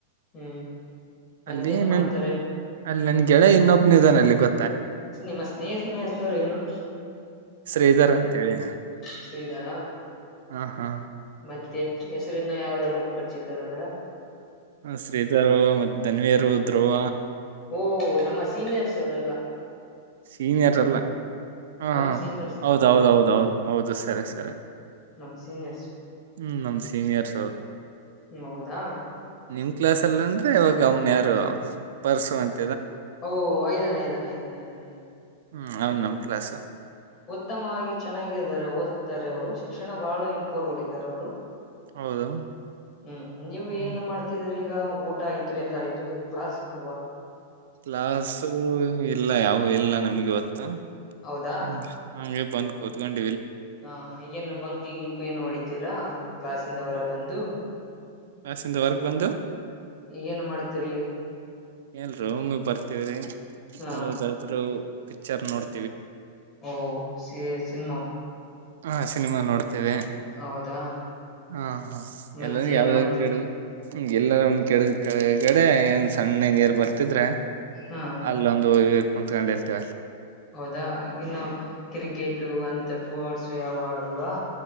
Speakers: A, on the left; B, on the right.
A: ಹ್ಮ್ ಮತ್ತೇನ್
B: ಅಲ್ಲಿ ನನ್
A: ಮಾಡ್ತಾರೆ
B: ಅಲ್ಲಿ ನನ್ ಗೆಳೆಯ ಇನ್ನೊಬ್ಬ ನಿಧನಲ್ಲಿ ಗೊ
A: ನಿಮ್ಮ ಸ್ನೇಹಿತ್ನ್ ಹೆಸರು ಎನು
B: ಶ್ರೀಧರ್ ಅಂತೇಳಿ
A: ಶ್ರೀದರ
B: ಹ ಹಾ
A: ಮತ್ತೆ ಹೆಸರಿನ ಯಾರ ಪಚಿದಾರ ಅದರ
B: ಶ್ರೀಧರು ಮತ್ತ್ ತನ್ವೀರು ಧ್ರುವ
A: ಓಹ ನಮ್ಮ ಸೀನಿಯರ್ಸ್ ಅವರೆಲ್ಲ
B: ಸೀನಿಯರ್ ಅಲ್ಲ ಹಾ
A: ನಮ್
B: ಹಾ
A: ಸೀನಿಯರ್ಸ್
B: ಹೌದ್
A: ಹೌದೌದು
B: ಹೌದ್ ಹೌದ್
A: ನಮ್
B: ಹೌದು ಹೌದು ಸರಿ ಸರಿ
A: ನಮ್ ಸೀನಿಯರ್ಸ್
B: ಹ್ಮ್ ನಮ ಸೀನಿಯರ್ಸ್ ಅವರು
A: ಹ್ಮ್ ಹೌದಾ
B: ನಿಮ್ ಕ್ಲಾಸ್ ಅಲ್ಲಂದ್ರೆ ಅವನ್ ಯಾರು ಪರ್ಸು ಅಂತ
A: ಓ ಐದನೇ ಐದನ ಐದನೆ ಐದನ ಚ್ <inaudible>
B: ಹ್ಮ್ ಹೌದ್ ನಮ ಕ್ಲಾಸ್
A: ಉತ್ತಮವಾಗಿ ಚೆನ್ನಾಗಿದ್ದಾರೆ ಓದ್ತಾರೆ ಅವರು ಶಿಕ್ಷಣ ಬಹಳ ಇಂಪೋರ್ವ್ ಹಯ್ತಾರೆ ಅವರು
B: ಹೌದು
A: ಹ್ಮ್ ನೀವು
B: ಹ್ಮ್
A: ಏನು ಮಾಡ್ತಿದೀರಿ ಈಗ ಊಟ ಆಯ್ತು ಎಲ್ಲ ಆಯ್ತು ಈ ಕ್ಲಾಸ್ ಇಲ್ವಾ
B: ಕ್ಲಾಸು ಇಲ್ಲ ಯಾವು ಇಲ್ಲ ನಮ್ಗ ಇವತ್ತು.
A: ಹೌದಾ
B: ಹ ಹಂಗ ಇದ ಬಂದ ಕುಂತ್ಕೊಂಡ್
A: ಹಾ ಈಗೇನ್ ಬಂಕು ಗಿಂಕು ಏನ್ ಹೊಡಿತೀರಾ ಕ್ಲಾಸ ಇಂದ ಹೊರ ಬಂದು.
B: ಕ್ಲಾಸಿಂದ ಹೊರಗ್ ಬಂದು
A: ಏನ್ ಮಾಡ್ತೀರಿ.
B: ಎಇಲ್ರಿ ಒಮ್ಮಿ ಬರ್ತವ್ರಿ
A: ಹಾ
B: ಯಾವದಾದ್ರು. ಪಿಕ್ಚರ್ ನೋಡ್
A: ಓ ಸಿ <inaudible>
B: ಹಾ ಸಿನಿಮಾ ನೋಡ್ತ್ ತೇವೆ
A: ಹೌದಾ
B: ಹಾ ಹಾ
A: ಮತ್ತೇನ್
B: ಇಲ್ಲಾ ಯಾವ್ದರು
A: ಮಾಡ್ತೀರಿ
B: ಗಿಡ್ ಹ ಎಲ್ಲರ ಒಂದ ಕೆಡ ಕೆಗಡೆ ಏನ್ ಸಣ್ಣ ನೀರ್ ಬರ್ ತಿದ್ರ
A: ಹಾ
B: ಅಲ್ಲೊಂದು. ಕೊಂತ್ಕೊಂಡ ಇರ್ತೆವ್ ಅಲ್ಲಿ.
A: ಹೌದಾ ಇನ್ನು. ಕ್ರಿಕ್ ಟು ಅಂತಫೋರ್ಸು ಯಾವ ಆ ಡುಲ್ವಾ.